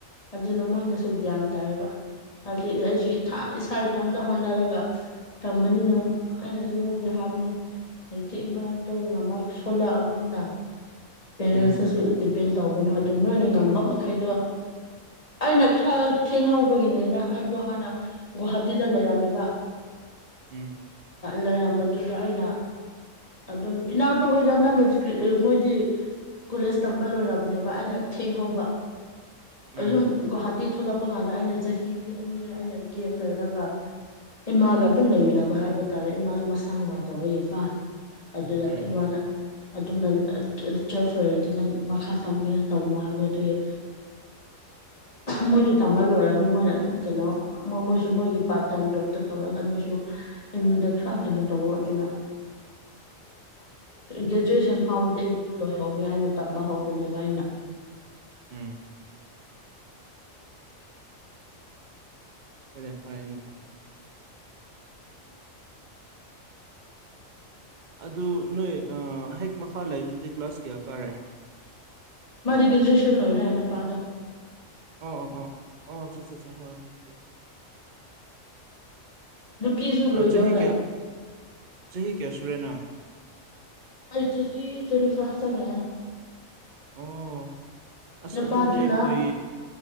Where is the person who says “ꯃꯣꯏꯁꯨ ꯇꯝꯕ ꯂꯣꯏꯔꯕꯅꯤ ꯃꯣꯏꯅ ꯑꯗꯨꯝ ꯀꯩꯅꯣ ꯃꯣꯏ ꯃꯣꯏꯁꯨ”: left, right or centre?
Left